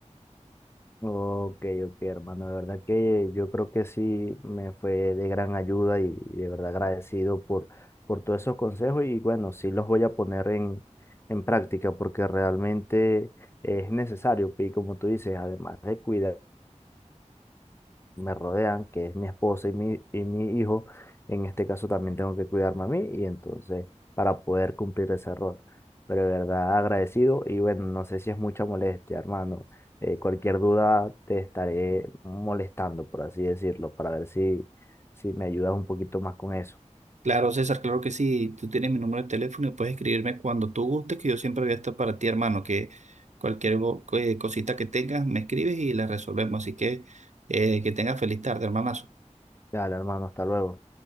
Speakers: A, on the left; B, on the right.
A: Ok, ok, hermano, de verdad que yo creo que sí me fue de gran ayuda y, y de verdad agradecido por, por todos esos consejos y bueno, sí los voy a poner en, en práctica porque realmente es necesario pues, y como tú dices, además de cuidar me rodean, que es mi esposa y mi, y mi hijo, en este caso también tengo que cuidarme a mí y entonces para poder cumplir ese rol. Pero de verdad agradecido y bueno, no sé si es mucha molestia, hermano. Eh, cualquier duda te estaré molestando, por así decirlo, para ver si, si me ayudas un poquito más con eso.
B: Claro, César, claro que sí. Tú tienes mi número de teléfono y puedes escribirme cuando tú gustes, que yo siempre voy a estar para ti, hermano. Que cualquier bo- eh, cosita que tengas, me escribes y la resolvemos. Así que eh, que tengas feliz tarde, hermano.
A: Dale, hermano, hasta luego.